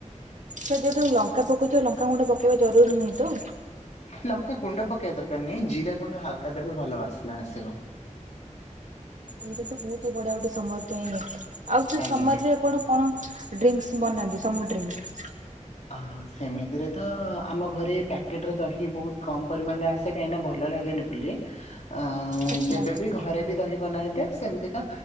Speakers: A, on the right; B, on the left.
A: ସାର୍ ଯଦି ଲଙ୍କା ପକଉଚ ଲଙ୍କାଗୁଣ୍ଡ ପକେଇବା ଜରୁରୀ ନୁହେଁ ତ?
B: ଲଙ୍କା ଗୁଣ୍ଡ ପକେଇବା ଦରକାର ନାହିଁ ଜିରା ଗୁଣ୍ଡ ହାଲକା ଦେବେ ଭଲ ବାସ୍ନା ଆସିବ।
A: ଏଇଟା ତ ବହୁତି ବଢିଆ ଗୋଟେ ସମର ପାଇଁ ଆଉ ସେ
B: ଆଜ୍ଞା।
A: ସମରରେ ଆପଣ କଣ ଡ୍ରିଙ୍କ୍ସ୍ ବନାନ୍ତି ସମୁ ଡ୍ରିଙ୍କ୍।
B: ହ ସେମିତିରେ ତ ଆମ ଘରେ ପ୍ୟାକେଟରେ ଦହି ବହୁତ କମ୍ ପରିମାଣରେ ଆସେ। ସେ କାହିଁକି ନାଁ ଭଲ ଲାଗେନି ବୋଲି। ଆଁ
A: ଆଚ୍ଛା
B: ଯେବେବି ଘରେ। ଦହି ବନାହେଇଥାଏ ସେମିତିକା